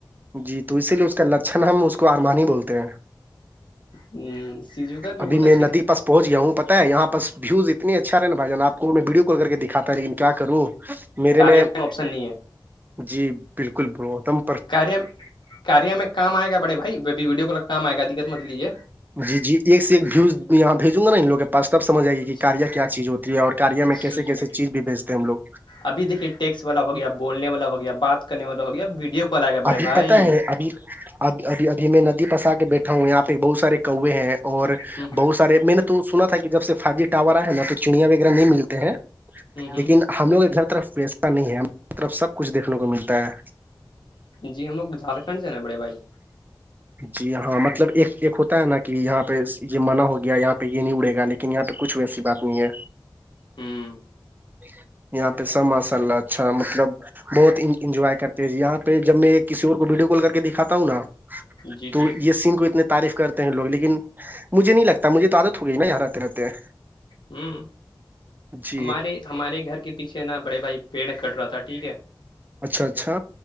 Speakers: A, on the right; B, on the left.
A: جی تو اسی لیے اس کا لچھن ہم اس کو آرمانی بولتے ہیں
B: ہ سیجو کا بھی
A: ابھی
B: بہت
A: میں
B: اچھا
A: ندی پہنچ گیا ہوں پتا ہے یہ پس ویو اچھا نا بائی ج آپ کو میں وڈیو کال کر دکھاتا ہے لن کیا کروں میرے
B: کاریہ
A: میں
B: آپشن نہیں ہے
A: جی بالکل بتم
B: کاریہ کاریا میں کام آئے گا بڑے بھائی بھی ویڈیو کال کام آئے گا دقت مت لیجیے
A: جی جی ایک سے ایک ویوز یہاں بھیجوں گا نا ان لگوں پاس تب سمجھ آئے گی کہ
B: جی
A: کاریا کیا چیز ہوتی ہے اور کاریا میں کیس
B: جی
A: کیسے چیز بھیجتے ہیں ہم لوگ
B: ابھی دیکھیے ٹیکسٹ والا ہو گیا بولنے والا ہو گیا بات کرنے والا ہو گیا ویڈیو کال آ گیا بڑے
A: ابھی
B: بھائی
A: پتہ ہے ابھی اب ابھی ابھی میں ندی پسا کے بیٹھا ہوں یہاں پہ بہت سارے کے ہیں اور
B: ہ
A: بہت سے مت سنا تھا کہ جب سے فائیو جی ٹاور آئے نا تو چڑیاں وغیرہ نہیں ملتے ہیں
B: ہ ہ
A: لیکن ہم لوگ کے گھر طرف ویسا نہیں ہے ہم کی طرف سب کچھ دھنے کو ملتا ہے
B: جی ہم لوگ جھارکھنڈ سے نا بڑے بھائی
A: جی ہاں مطلب ایک ایک ہوتا ہے نا کہ یہاں پہ یہاں پہ یہ منع ہو گیا یہاں پہ یہ نہیں اڑے گا لیکن یہاں پہ کچھ ویسی بات نہیں ہے
B: ہ
A: <unintelligible> یہاں پہ سب ماشاء اللہ اچھا مطلب بہت انجوائے کرتے ہیں یہاں پہ جب میں کسی اور کو ویڈیو کال کر کے دکھاتا ہوں نا
B: جی
A: تو
B: جی
A: یہ سین کو اتنی تعریف کرتے ہیں لوگ لیکن مجھے نہیں لگتا مجھے تو عادت ہو گئی نا اں رہتے رہتے ہیں
B: ہوں
A: جی
B: ہمارے ہمارے گھر کے پیچھے نا بڑے بھائی پیڑ کٹ رہا تھا ٹھیک ہے
A: اچھا اچھا